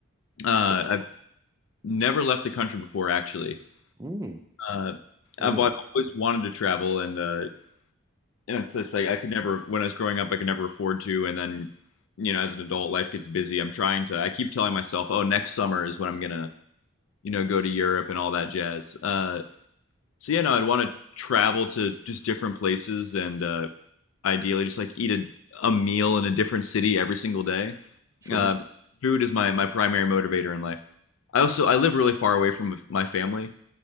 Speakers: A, on the left; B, on the right.
A: Uh,
B: sure.
A: I've never left the country before, actually.
B: Mm,
A: Uh,
B: really?
A: I've, I've always wanted to travel, and uh, and it's just like I could never when I was growing up, I could never afford to, and then you know, as an adult, life gets busy. I'm trying to. I keep telling myself, oh, next summer is when I'm gonna you know go to Europe and all that jazz. Uh, so yeah, no, I'd want to travel to just different places and uh, ideally just like eat a, a meal in a different city every single day.
B: Sure.
A: Uh, food is my, my primary motivator in life. I also I live really far away from my family.